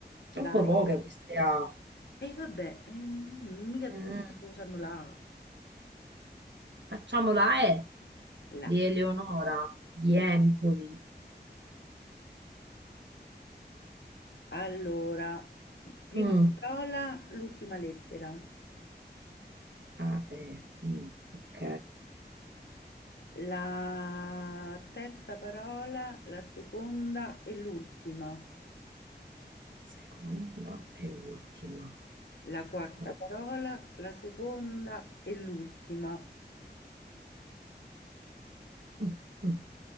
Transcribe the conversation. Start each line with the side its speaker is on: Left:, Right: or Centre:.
Right: troppo
Left: Dai.
Right: poche queste A.
Left: E vabbè, eh, mica
Right: Mm,
Left: tutti hanno la A.
Right: Facciamo la E
Left: La.
Right: di Eleonora, di
Left: E
Right: Empoli.
Left: allora, prima
Right: Mm,
Left: parola, l'ultima lettera.
Right: A, E, mm, ok,
Left: La terza parola, la seconda e l'ultima.
Right: seconda e ultima.
Left: La quarta
Right: Mm,
Left: parola, la seconda e l'ultima.
Right: mm. mm.